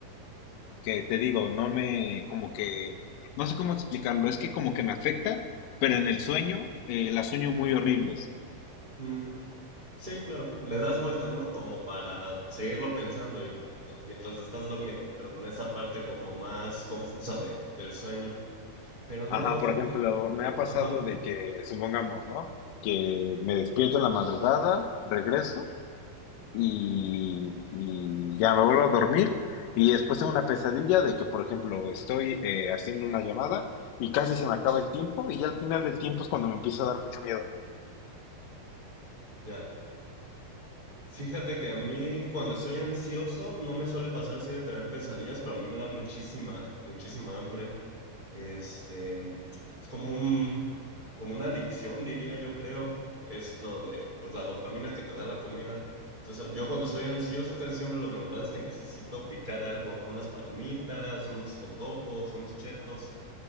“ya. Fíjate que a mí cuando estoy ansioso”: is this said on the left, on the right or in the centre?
Right